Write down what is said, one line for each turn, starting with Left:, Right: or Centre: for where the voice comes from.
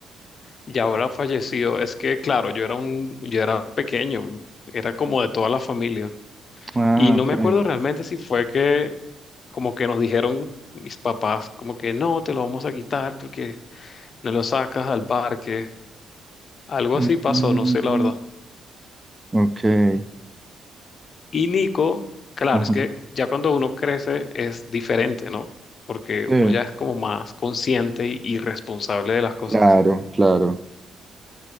Left: ya habrá fallecido. Es que claro, yo era un, yo era pequeño, era como de toda la familia.
Right: Ah,
Left: Y no
Right: ok.
Left: me acuerdo realmente si fue que como que nos dijeron mis papás, como que no, te lo vamos a quitar porque no lo sacas al parque. Algo
Right: Mm,
Left: así pasó,
Right: mm,
Left: no sé la
Right: mm,
Left: verdad.
Right: mm, Ok. Eh,
Left: Y Nico, claro,
Right: Ajá.
Left: es que ya cuando uno crece es diferente, ¿no? Porque
Right: Sí,
Left: uno ya es como más consciente y y responsable de las cosas.
Right: claro, claro.